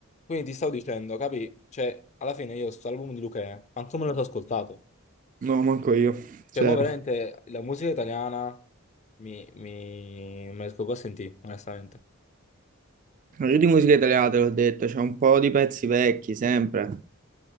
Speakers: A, on the left; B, on the right.
A: Quindi ti stavo dicendo, capi? Cioè, alla fine io sto album di Luchè, manco me lo so ascoltato.
B: No, manco io,
A: Cioè,
B: zero.
A: mo veramente la musica italiana mi, mi... non me la riesco più a sentire, onestamente.
B: No, Io di musica italiana te l'ho detto, c'è un po' di pezzi vecchi sempre,